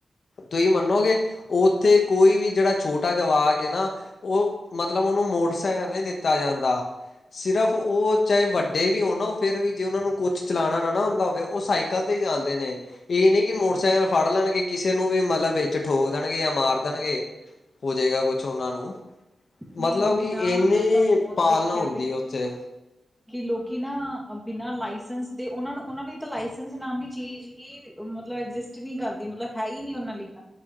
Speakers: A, on the left (about 70°); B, in the centre.
A: ਤੁਸੀਂ ਮੰਨੋਗੇ ਉੱਥੇ ਕੋਈ ਵੀ ਜਿਹੜਾ ਛੋਟਾ ਜਵਾਕ ਨਾ। ਉਹ ਮਤਲਬ ਉਹਨੂੰ ਮੋਟਰਸਾਈਕਲ ਨਹੀਂ ਦਿੱਤਾ ਜਾਂਦਾ। ਸਿਰਫ ਉਹ, ਚਾਹੇ ਵੱਡੇ ਵੀ ਹੋਣ ਨਾ ਉਹ ਫਿਰ ਵੀ ਜੇ ਉਹਨਾਂ ਨੂੰ ਕੁਛ ਚਲਾਉਣਾ ਨਾ ਨਾ ਹੁੰਦਾ ਹੋਵੇ, ਉਹ ਸਾਈਕਲ 'ਤੇ ਹੀ ਜਾਂਦੇ ਨੇ। ਇਹ ਨੀ ਕਿ ਮੋਟਰਸਾਈਕਲ ਫੜ ਲੈਣਗੇ, ਕਿਸੇ ਨੂੰ ਵੀ ਮਤਲਬ ਵਿੱਚ ਠੋਕ ਦੇਣਗੇ ਜਾਂ ਮਾਰ ਦੇਣਗੇ, ਹੋ ਜਾਏਗਾ ਕੁਛ ਉਹਨਾਂ ਨੂੰ
B: ਨਹੀਂ
A: ਮਤਲਬ
B: ਉਹੀ
A: ਕਿ
B: ਨਾ
A: ਇੰਨੀ
B: ਮੈਂ ਤਾਂ ਬਹੁਤ
A: ਪਾਲਣਾ
B: ਦੇਖਿਆ
A: ਹੁੰਦੀ
B: ਬਈ
A: ਹੈ ਉੱਥੇ,
B: ਕਿ ਲੋਕੀ ਨਾ ਬਿਨਾ ਲਾਇਸੈਂਸ ਦੇ ਉਹਨਾ ਨੂੰ ਉਹਨਾ ਨੂੰ ਤਾਂ ਲਾਇਸੈਂਸ ਨਾਮ ਦੀ ਚੀਜ਼ ਹੀ, ਮਤਲਬ ਐਗਜਿਸਟ ਨਹੀਂ ਕਰਦੀ, ਮਤਲਬ ਹੈ ਹੀ ਨੀ ਉਹਨਾਂ ਲਈ ਤਾਂ।